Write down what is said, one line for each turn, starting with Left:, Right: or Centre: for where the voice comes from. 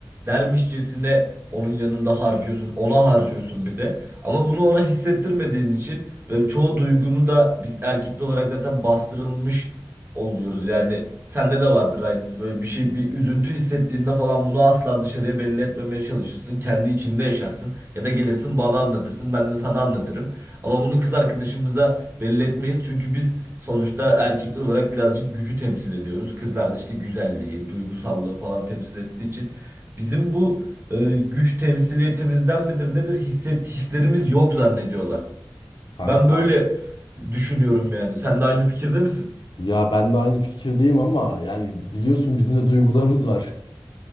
Right: dermişçesine onun yanında harcıyorsun. Ona harcıyorsun bir de. Ama bunu ona hissettirmediğin için ve çoğu duygunu da biz erkekli olarak zaten bastırılmış oluyoruz. Yani sende de vardır aynısı. Böyle bir şey bir üzüntü hissettiğinde falan bunu asla dışarıya belli etmemeye çalışırsın. Kendi içinde yaşarsın ya da gelirsin bana anlatırsın. Ben de sana anlatırım. Ama bunu kız arkadaşımıza belli etmeyiz. Çünkü biz sonuçta erkekler olarak birazcık gücü temsil ediyoruz. Kızlar da işte güzelliği, duygusallığı falan temsil ettiği için bizim bu e, güç temsiliyetimizden midir nedir hisset hislerimiz yok zannediyorlar.
Left: Kanka.
Right: Ben böyle düşünüyorum yani. Sen de aynı fikirde misin?
Left: Ya ben de aynı fikirdeyim ama yani biliyorsun bizim de duygularımız var.